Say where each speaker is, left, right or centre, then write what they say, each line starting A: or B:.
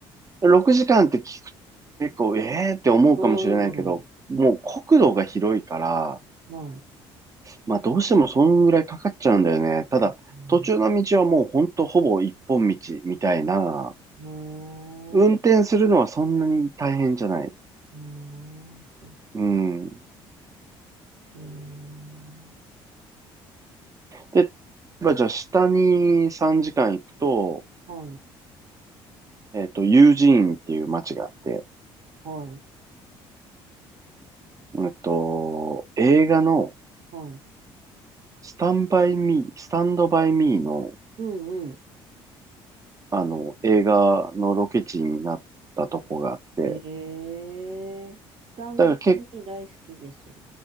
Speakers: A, on the right; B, on the right.
A: 6時間って聞くと結構、えーって思うかもしれないけど、
B: うん。
A: もう国土が広いから、
B: はい。
A: まあどうしてもそんぐらいかかっちゃうんだよね。ただ、
B: うん、
A: 途中の道はもうほんとほぼ一本道みたいな、
B: おー、
A: 運転するのはそんなに大変じゃない。
B: おー、そっか。
A: うん。
B: えー、
A: で、例えばじゃあ下に3時間行くと、
B: はい、
A: えっと、ユージーンっていう街があって、
B: はい、
A: えっと、映画の
B: はい。
A: スタンバイミー、スタンドバイミーの、
B: うんう
A: あの、映画のロケ地になったとこがあって、
B: ん。えー、スタンドバイミー大好きです。
A: だからけ